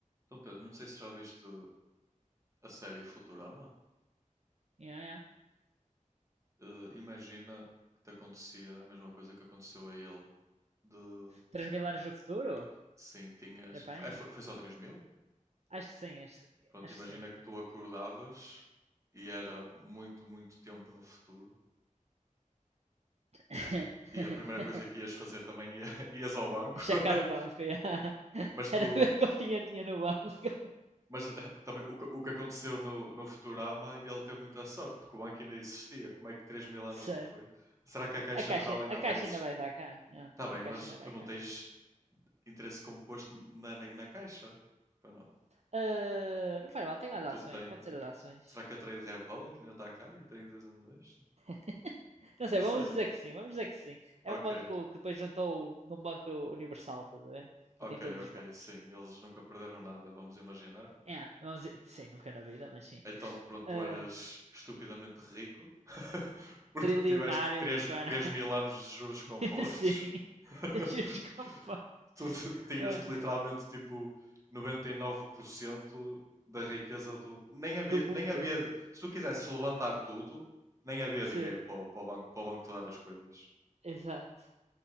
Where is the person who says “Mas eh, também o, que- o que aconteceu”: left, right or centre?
Right